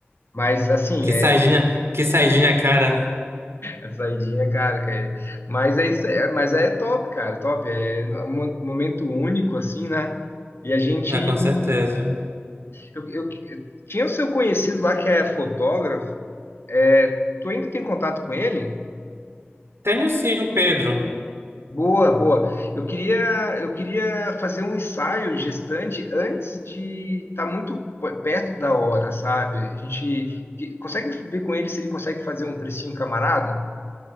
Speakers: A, on the left (about 70°); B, on the right (about 80°).
A: Mas, assim,
B: Que saidinha, que saidinha cara.
A: A saidinha, cara, cara. Mas é isso, é- mas é top, cara, top. É um mo- momento único, assim, né? E a gente.
B: É, com certeza.
A: Eu, eu- eu- tinha o seu conhecido lá que é fotógrafo. É, tu ainda tem contato com ele?
B: Tenho sim o Pedro.
A: Boa, boa. Eu queria, eu queria fazer um ensaio gestante antes de estar muito p- perto da hora, sabe? A gente que- consegue ver com ele se ele consegue fazer um precinho camarada?